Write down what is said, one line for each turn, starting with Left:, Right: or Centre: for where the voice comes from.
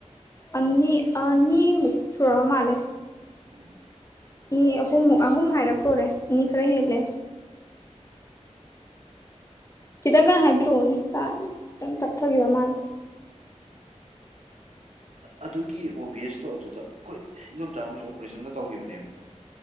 Left: ꯑꯅꯤ ꯑꯅꯤꯃꯨꯛ ꯁꯨꯔꯕ ꯃꯥꯜꯂꯦ
Right: ꯎꯝ
Left: ꯃꯤ ꯑꯍꯨꯝꯃꯨꯛ ꯑꯍꯨꯝ ꯍꯥꯏꯔꯛꯇꯣꯔꯦ ꯑꯅꯤ ꯈꯔ ꯍꯦꯜꯂꯦ ꯈꯤꯇꯪ ꯒꯥꯟꯅ ꯍꯥꯏꯕꯤꯔꯛꯑꯣꯅꯦ ꯈꯤꯇꯪ ꯇꯞꯊꯈꯤꯕ ꯃꯥꯜꯂꯦ
Right: ꯑꯗꯨꯒꯤ ꯑꯣꯕꯤꯑꯦꯁꯇꯣ ꯑꯗꯨꯗ ꯑꯩꯈꯣꯏ ꯏꯗꯣꯝꯆꯥ ꯑꯃꯁꯨ ꯑꯣꯄꯔꯦꯁꯟꯒ ꯇꯧꯈꯤꯕꯅꯦꯕꯀꯣ